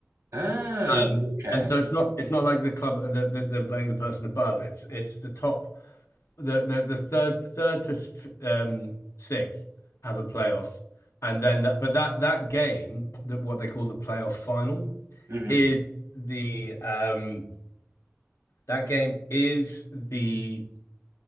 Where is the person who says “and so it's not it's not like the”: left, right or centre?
Left